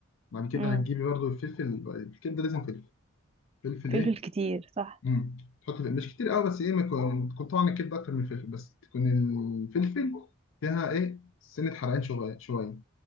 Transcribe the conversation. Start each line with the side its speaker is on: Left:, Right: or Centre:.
Left: بعد كده
Right: امم
Left: هتجيبي برضو الفلفل الكبده لازم فلفل فلفل
Right: فلفل
Left: ايه
Right: كتير صح
Left: امم تحط فلفل. مش كتير قوي بس ايه ما يكون تكون طعم الكبده اكتر من الفلفل بس تكون الفلفل فيها ايه سنه حرقان شويه شويه